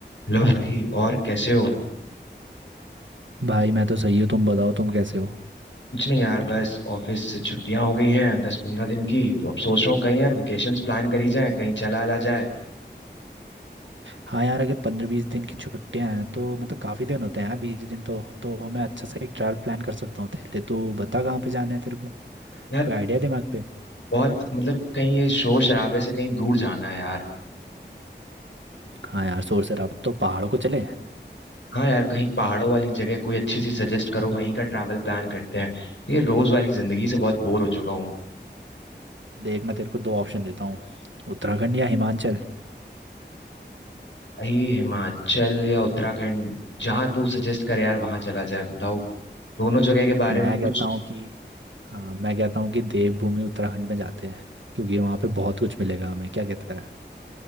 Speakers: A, on the left (about 90°); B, on the right (about 85°).
A: हेलो भाई और कैसे हो
B: भाई मैं तो सही हूँ तुम बताओ तुम कैसे हो
A: कुछ नहीं यार बस ऑफिस से छुट्टियां हो गई हैं दस पंद्रह दिन की तो अब सोच रहा हूँ कहीं यार वेकेशंस प्लान करी जाए कहीं चला आला जाए
B: हाँ यार अगर पंद्रह बीस दिन की छुट्टियां हैं तो मतलब काफ़ी दिन होते हैं यार बीस दिन तो तो मैं अच्छा सा एक ट्रैवल प्लान कर सकता हूँ तेरे लिए तो बता कहाँ पे जाना है तेरे को
A: यार
B: कोई आइडिया दिमाग पे
A: बहुत मतलब कहीं ये शोर शराबे से कहीं दूर जाना है यार
B: हाँ यार शोर शराब तो पहाड़ों को चले
A: हाँ यार कहीं पहाड़ों वाली जगह कोई अच्छी सी सजेस्ट करो वहीं का ट्रैवल प्लान करते हैं ये रोज वाली जिंदगी से बहुत बोर हो चुका हूँ
B: देख मैं तेरे को दो ऑप्शन देता हूँ उत्तराखंड या हिमाचल
A: भाई हिमाचल या उत्तराखंड जहाँ तू सजेस्ट कर यार वहां चला जाए बताओ दोनों जगह के बारे
B: मैं
A: में कुछ
B: कहता हूँ कि हाँ मैं कहता हूँ कि देवभूमि उत्तराखंड में जाते हैं क्योंकि वहाँ पे बहुत कुछ मिलेगा हमें क्या कहता है